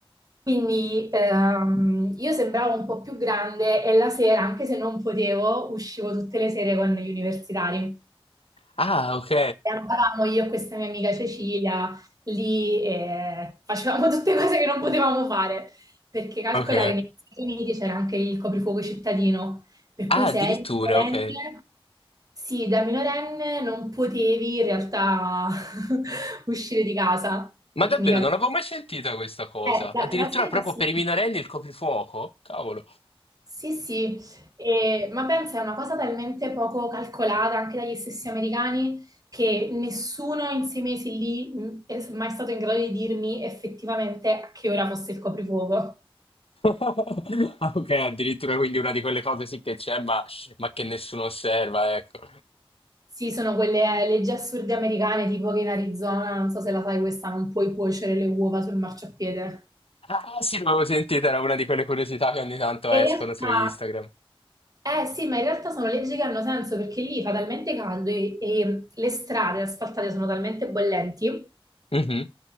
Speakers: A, on the right (about 40°); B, on the left (about 75°).
A: Quindi ehm, io sembravo un po' più grande e la sera, anche se non potevo, uscivo tutte le sere con gli universitari.
B: Ah, ok.
A: E andavamo io e questa mia amica Cecilia lì e facevamo tutte cose che non potevamo fare, perché calcola
B: Ok.
A: che negli Stati Uniti c'era anche il coprifuoco cittadino, per cui
B: Ah, addirittura,
A: se eri minorenne,
B: ok.
A: sì, da minorenne non potevi in realtà <laughs> uscire di casa,
B: Ma
A: tecnicamente.
B: davvero, non avevo mai sentita questa cosa.
A: Eh, la,
B: Addirittura
A: la sera
B: proprio
A: sì.
B: per i minorenni il coprifuoco? Cavolo.
A: Sì, sì, E- ma pensa, è una cosa talmente poco calcolata anche dagli stessi americani che nessuno in sei mesi lì mh, è mai stato in grado di dirmi effettivamente a che ora fosse il coprifuoco.
B: <laughs> Ah, ok, addirittura quindi una di quelle cose sì che c'è, ma, ma che nessuno osserva, ecco.
A: Sì, sono quelle eh, leggi assurde americane, tipo che in Arizona, non so se la sai questa, non puoi cuocere le uova sul marciapiede.
B: Ah, ah, sì, l'avevo sentita, era una di quelle curiosità che ogni tanto escono
A: In realtà,
B: su Instagram.
A: eh sì, ma in realtà sono leggi che hanno senso perché lì fa talmente caldo e, e le strade asfaltate sono talmente bollenti
B: Mhm.